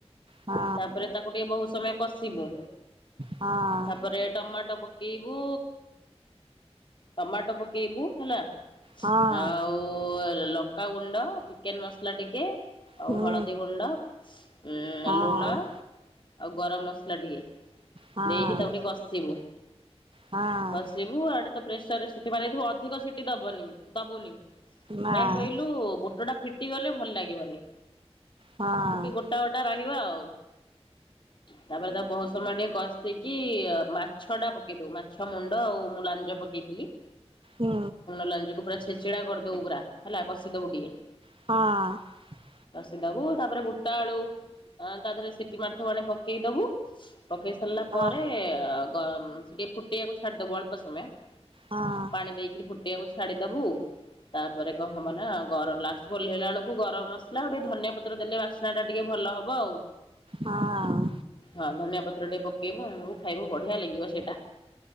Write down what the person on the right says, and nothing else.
ହଁ
ହଁ
ହଁ
ହୁଁ
ହଁ
ହଁ
ହଁ
ନାଇଁ
ହଁ
ହୁଁ
ହଁ।
ହଁ
ହଁ।
ହଁ